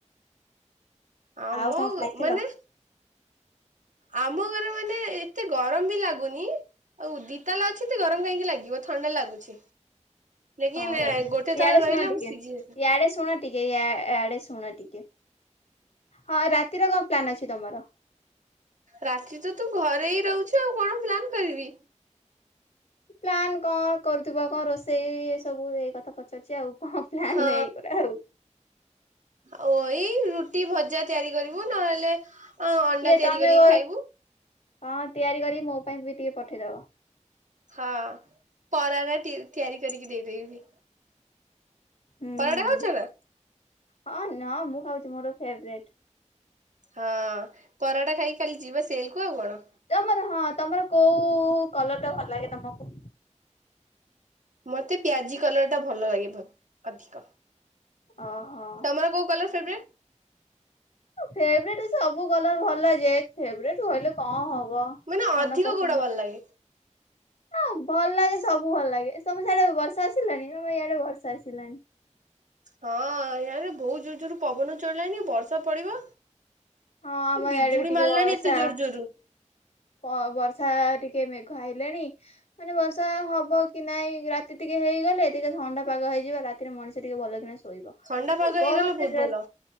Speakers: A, on the right; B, on the left.
A: ଆ
B: ଆଉ
A: ମୁଁ
B: କଣ ଖାଇଥିଲ
A: ମାନେ ଆମ ଘରେ ମାନେ ଏତେ ଗରମ ବି ଲାଗୁନି ଆଉ ଦିତାଲା ଅଛି ତେ ଗରମ କାଇଁକି ଲାଗିବ ଥଣ୍ଡା ଲାଗୁଛି। ଲେକିନ୍
B: ହଉ ହଉ
A: ଗୋଟେ
B: ଇଆଡ଼େ
A: ତାଲା ରହିଲେ
B: ଶୁଣ
A: ଆମେ
B: ଟିକେ
A: ସିଝି ଯାଇଥାଉ
B: ଇଆଡ଼େ ଶୁଣ ଟିକେ ୟା ୟାଡ଼େ ଶୁଣ ଟିକେ। ହଁ ରାତିର କଁ ପ୍ଲନ୍ ଅଛି ତମର?
A: ରାତି ତ ତୁ ଘରେ ଇ ରହୁଛୁ ଆଉ କଣ ପ୍ଲାନ୍ କରିବି?
B: ପ୍ଲନ୍ କଣ୍ କରୁଥୁବା କଁ ରୋଷେଇ ସବୁ ଏଇ କଥା ପଚାରୁଚି ଆଉ। କଣ ପ୍ଲାନ୍
A: ହଁ
B: ଏଇଗୁରା ଆଉ।
A: ଆଉ ଏଇ ରୁଟି ଭଜା ତିଆରି କରିବୁ ନହେଲେ ଅଣ୍ଡା
B: କିଏ
A: ତିଆରି
B: ତମେ
A: କରିକି
B: ଗୋର
A: ଖାଇବୁ
B: ହଁ ତିଆରି କରି ମୋ ପାଇଁ ବି ଟିକେ ପଠେଇଦବ।
A: ହଁ ପରାରେ ତି ତିଆରି କରିକି ଦେଇଦେବି।
B: ହୁଁ।
A: ପରଟା ଖାଉଚ ନା?
B: ହଁ ନାଁ ମୁଁ ଖାଉଚି ମୋର ଫେବ୍ରେଟ।
A: ହଁ ପରଟା ଖାଇକି କାଲି ଯିବ ସେଲକୁୁ ଆଉ କଣ।
B: ତମର ହଁ ତମର କୋଉ କୋଉ କଲର୍ ଟା ଭଲ ଲାଗେ ତମକୁ?
A: ମୋତେ ପିଆଜି କଲର୍ ଟା ଭଲ ଲାଗେ ଭ ଅଧିକ।
B: ଓହୋ
A: ତମର କୋଉ କଲର୍ ଫେବ୍ରେ
B: ଫେଭରେଟ୍ ସବୁ କଲର ଭଲ ଯେ ଫେଭରେଟ୍ କହିଲେ କଣ ହବ?
A: ମୁଁ କହିଲି
B: ମନ
A: ଅଧିକ
B: ପସନ୍ଦ
A: କୋଉଟା ଭଲ ଲାଗେ?
B: ହଁ ଭଲ ଲାଗେ ସବୁ ଭଲ ଲାଗେ ତମର ସିଆଡେ ବର୍ଷା ଆସିଲାଣି ଆମର ଇଆଡେ ବର୍ଷା ଆସିଲାଣି।
A: ହଁ ୟାରେ ବହୁତ ଜୋର ଜୋର ପବନ ଚଳିଲାଣିି ବର୍ଷା ପଡିବ।
B: ହଁ ଆମ
A: ବିଜୁଳି
B: ଇଆଡେ ବି ଟିକେ
A: ମାରିଲାଣି
B: ବର୍ଷା
A: ଏତେ ଜୋର ଜୋରରୁ
B: ପ ବର୍ଷା ଟିକେ ଟିକେ ମେଘ ଆଇଲାଣି ମାନେ ବର୍ଷା ହବ କି ନାଇଁ ରାତି ଟିକେ ହେଇଗଲେ ଟିକେ ଥଣ୍ଡା ପାଗ ହେଇଯିବ ରାତିରେ ମଣିଷ ଟିକେ ଭଲ କି ନା ସୋ ଶୋଇବ
A: ଥଣ୍ଡା ପାଗ
B: ଗରମରେ
A: ହେଇଗଲେ ବହୁତ ଭଲ